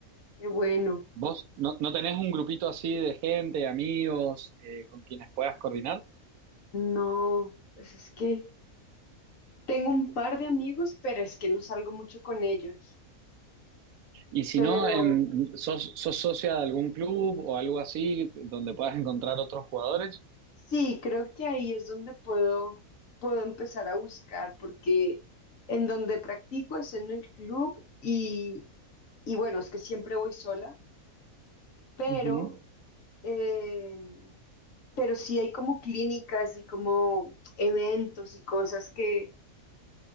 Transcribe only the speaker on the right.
¿Vos no, no tenés un grupito así de gente, amigos, eh, con quienes puedas coordinar?
Y si
no, en, ¿sos, sos socia de algún club o algo así donde puedas encontrar otros jugadores?
Ujú.